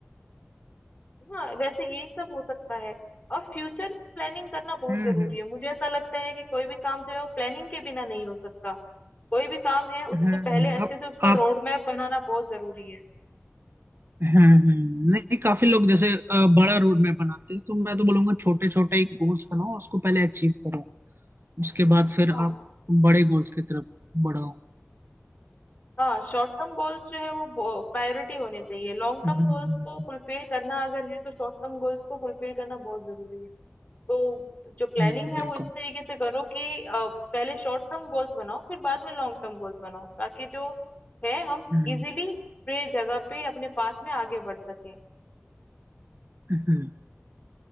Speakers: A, on the left; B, on the right.
A: हाँ वैसे यही सब हो सकता है और फ्यूचर प्लानिंग करना बहुत
B: हम्म
A: जरूरी
B: हम्म
A: है मुझे ऐसा लगता है कि कोई भी काम जो है वो प्लानिंग के बिना नहीं हो सकता कोई भी काम है उसको
B: हम्म
A: पहले
B: हम्म,
A: अच्छे
B: आप
A: से उसका
B: आप
A: रोड मैप बनाना बहुत जरूरी है
B: हम्म हम्म नहीं काफी लोग जैसे अ, बड़ा रोड मैप बनाते हैं तो मैं तो बोलूंगा छोटे छोटे ही गोल्स बनाओ उसको पहले अचीव करो उसके बाद फिर
A: हाँ
B: आप बड़े गोल्स की तरफ बढ़ाओ
A: हाँ शॉर्ट टर्म गोल्स जो है वो प्रायोरिटी होने चाहिए लॉन्ग टर्म
B: हम्म हम्म,
A: गोल्स को फुलफिल करना अगर है तो शॉर्ट टर्म गोल्स को फुलफिल करना बहुत जरूरी है तो जो प्लानिंग
B: हम्म, हम्म,
A: है
B: बिल्कुल
A: वो इस तरीके से करो कि अ, पहले शॉर्ट टर्म गोल्स बनाओ फिर बाद में लॉन्ग टर्म गोल्स बनाओ ताकि जो है हम
B: हम्म
A: इजीली पूरे जगह पे अपने पास में आगे बढ़ सकें
B: हम्म